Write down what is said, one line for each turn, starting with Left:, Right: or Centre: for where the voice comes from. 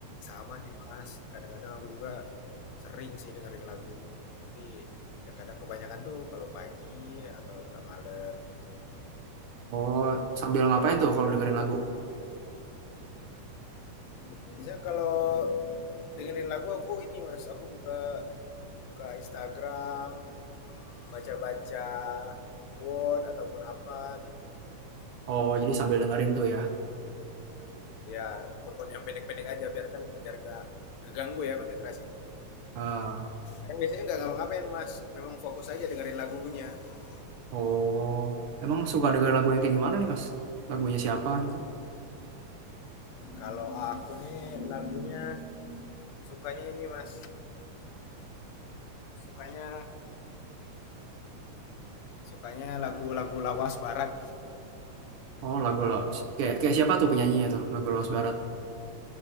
Left: Sama sih Mas, kadang-kadang aku juga sering sih dengerin lagu. Tapi ya kadang kebanyakan tuh kalau pagi atau enggak malam gitu.
Right: Oh, sambil ngapain tuh kalau dengerin lagu?
Left: Biasanya kalau dengerin lagu aku ini Mas, aku buka buka Instagram, baca-baca quote ataupun apa gitu.
Right: Oh, jadi sambil dengerin tuh ya.
Left: Ya, quote-quote yang pendek-pendek aja biar kan biar enggak keganggu ya konsentrasinya.
Right: Ah,
Left: Kan biasanya nggak ngapa-ngapain mas, memang fokus aja dengerin lagunya. Gitu.
Right: oh, emang suka denger lagu yang kayak gimana nih Mas? Lagunya siapa gitu?
Left: Kalau aku nih lagunya sukanya ini mas, sukanya sukanya lagu-lagu lawas barat.
Right: Oh, lagu Los. Kayak kayak siapa tuh penyanyinya tuh? Lagu Los Barat.